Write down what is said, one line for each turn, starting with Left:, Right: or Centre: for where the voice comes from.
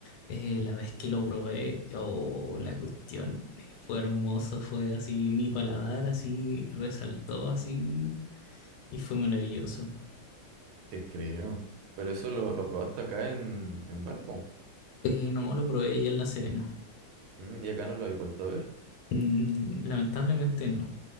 Left: eh, la vez que lo probé, oh, la cuestión eh, fue hermoso, fue así, mi paladar así resaltó así y fue maravilloso.
Right: Te creo. Pero eso lo, lo probaste acá en, en Valpo.
Left: Eh, no lo probé ya en La Serena.
Right: Mm, Y acá no lo habéis vuelto a ver.
Left: Mm, lamentablemente no.